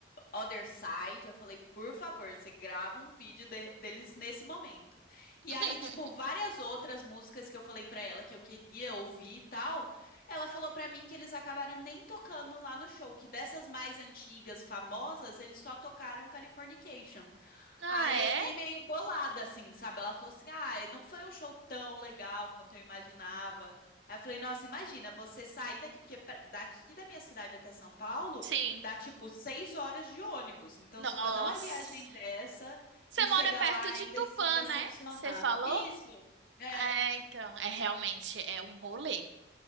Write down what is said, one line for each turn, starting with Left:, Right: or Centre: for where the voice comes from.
Left: Other Side. Eu falei, por favor, você grava um vídeo de- deles nesse momento.
Right: <laughs>
Left: E aí, tipo, várias outras músicas que eu falei pra ela que eu queria ouvir e tal, ela falou pra mim que eles acabaram nem tocando lá no show, que dessas mais antigas, famosas, eles só tocaram Californication.
Right: Ah,
Left: Aí
Right: é?
Left: eu fiquei meio bolada, assim, sabe? Ela falou assim: ah, não foi um show tão legal quanto eu imaginava. Aí eu falei: nossa, imagina você sair daqui, porque pra- daqui da minha cidade até São Paulo
Right: Sim.
Left: dá tipo seis horas de ônibus. Então
Right: Nossa.
Left: você fazer uma viagem dessa
Right: Você
Left: e
Right: mora
Left: chegar
Right: perto
Left: lá ainda
Right: de Tupã,
Left: e se decepcionar.
Right: né? Você falou?
Left: Isso, é,
Right: É, então, é realmente, é um rolê.